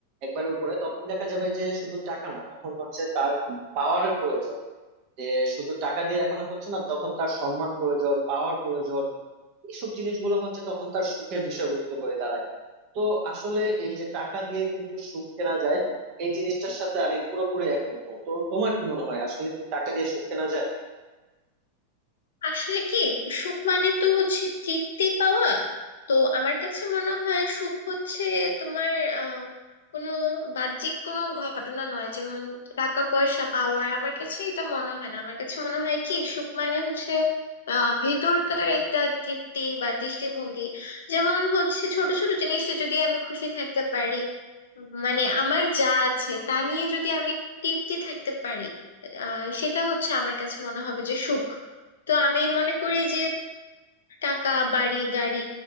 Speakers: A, on the right; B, on the left.
A: একবারে উপরে তখন দেখা যাবে যে শুধু টাকা না তখন হচ্ছে তার পাওয়ারের প্রয়োজন যে শুধু টাকা দিয়ে এখন আর হচ্ছে না তখন তার সম্মান প্রয়োজন পাওয়ার প্রয়োজন এইসব জিনিসগুলো হচ্ছে তখন তার সুখের বিষয়বস্তু হয়ে দাঁড়ায় তো আসলে এই যে টাকা দিয়ে কিন্তু সুখ কেনা যায় এই জিনিসটার সাথে আমি পুরোপুরি একমত না। তো তোমার কি মনে হয় আসলে কি টাকা দিয়ে সুখ কেনা যায়
B: আসলে কি সুখ মানে তো হচ্ছে তৃপ্তি পাওয়া তো আমার কাছে মনে হয় সুখ হচ্ছে তোমার আহ কোনো বাহ্যিক কোনো ঘটনা নয় যেমন টাকা পয়সা পাওয়ার আমার কাছে এটা মনে হয় না আমার কাছে মনে হয় কি সুখ মানে হচ্ছে আহ ভেতরকার একটা তৃপ্তি বা দৃষ্টিভঙ্গি যেমন হচ্ছে ছোট ছোট জিনিসে যদি আমি খুশি থাকতে পারি মানে আমার যা আছে তা নিয়ে যদি আমি তৃপ্তি থাকতে পারি আহ সেটা হচ্ছে আমার কাছে মনে হবে যে সুখ তো আমি মনে করি যে টাকা বাড়ি গাড়ি